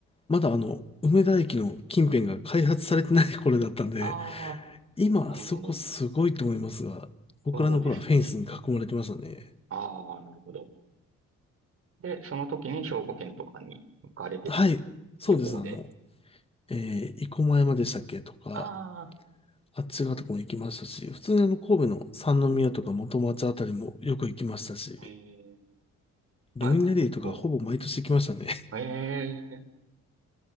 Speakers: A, on the left; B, on the right.
A: まだあの、梅田駅の近辺が開発されてない頃だったんで、
B: ああ、
A: 今あそこすごいと思いますが、
B: なるほど。
A: 僕らの頃はフェンスに囲まれてましたね。
B: そうですね。ああ、なるほど。で、その時に兵庫県とかに行かれてたんですか旅行で。
A: はい、そうです。あの、えー、生駒山でしたっけとか、
B: あ
A: あっち側とかも行きましたし、普通にあの、神戸の三宮とか元町あたりもよく行きましたし、
B: あ、ええ
A: ルミネリーとかほぼ毎年行きましたね。
B: まあ、結構、ええ